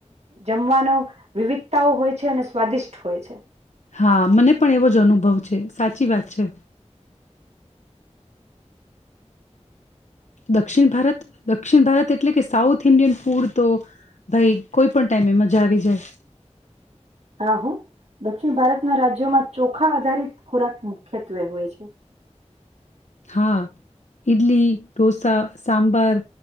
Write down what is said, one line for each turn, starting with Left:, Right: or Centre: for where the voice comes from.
Right: જમવાનો વિવિધતાઓ હોય છે અને સ્વાદિષ્ટ હોય છે.
Left: હા મને પણ એવો જ અનુભવ છે સાચી વાત છે દક્ષિણ ભારત દક્ષિણ ભારત એટલે કે સાઉથ ઇન્ડિયન ફૂડ તો ભાઈ કોઈ પણ ટાઈમ એ મજા આવી જાય
Right: હો દક્ષિણ ભારતના રાજ્યોમાં ચોખા આધારિત ખોરાક મુખ્યત્વે હોય છે
Left: હા ઈડલી ઢોસા સાંબાર